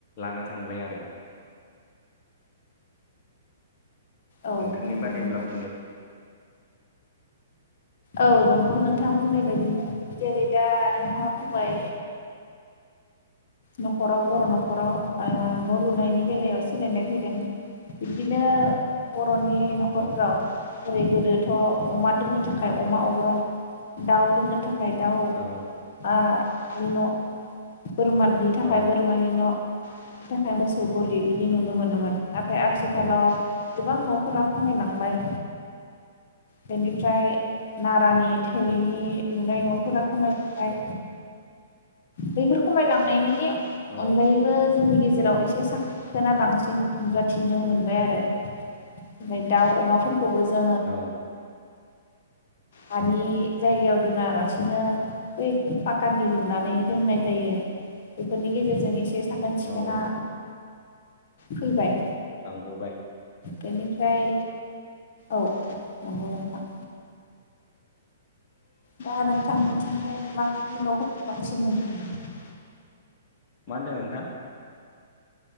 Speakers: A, on the left; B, on the left.
A: लानो थांबाय आरो।
B: औ
A: नोंथांनि
B: नंगौ
A: बादिब्ला
B: नोंथां
A: बुंदो।
B: औ नंगौ नोंथां बुंनाय बायदिनो जेरै दा नोंथाङा बुंबाय नखराव बर' न'खराव ओ न' लुनायनि बेलायाव सोलायनाय फैदों। बिदिनो बर'नि नखरफ्राव
A: औ
B: जेरै गोदो थ अमा दोननो थाखाय अमा अग्रं दाउ दोननो था खाय दाउ
A: औ
B: आ हानि न' बोरमानि थाखाय
A: औ
B: बोरमानि न' नि थाखाय मोसौ गलि बिदि नुनो मोनोमोन। नाथाय आथिखालाव
A: औ
B: गोबां न'फोरा खमायलांबाय बेनिफ्राय नारानि, थोरिनि लुनाय न'फोरा खमायलांबाय। बैफोर खमायलांनायनि
A: औ
B: अनगायैबो
A: औ
B: जोंनि गेजेराव एसे साखोना बांसिन नुजाथिनो मोनबाय आरो ओफ्राय दाउ अमाफोरखौबो जों
A: औ।
B: हानि जायगायाव दोनालासिनो बै पाकानि लुनानै दोननाय जायो बेफोरनि गेजेरजों एसे साखोन
A: औ
B: सिखोना फैबाय।
A: बांबोबाय।
B: बेनिफ्राय औ नंगौ नोंथां। दा नोंथां निथिंजाय माबायदि नफोरखौ बांसिन नुनो मोनो?
A: मा होनदों नोंथां?